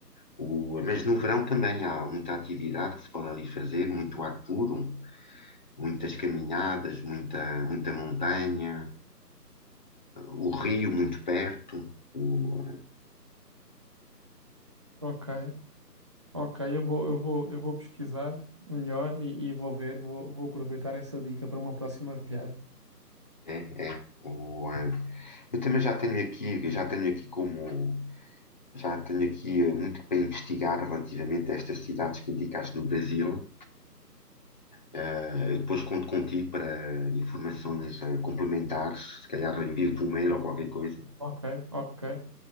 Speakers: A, on the left; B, on the right.
A: O- mas no verão também há muita atividade que se pode ali fazer, muito ar puro, muitas caminhadas, muita, muita montanha, o rio muito perto. O,
B: ok, ok, eu vou, eu vou, eu vou pesquisar melhor e, e vou ver, vou, vou aproveitar essa dica para uma próxima viagem.
A: eh, é, é, o, eh, eu também já tenho aqui, já tenho aqui como Já tenho aqui eh, muito para investigar relativamente a estas cidades que indicaste no Brasil. Eh, eu depois conto contigo para informações eh, complementares. Se calhar eu envio-te um mail ou qualquer coisa.
B: Ok, ok,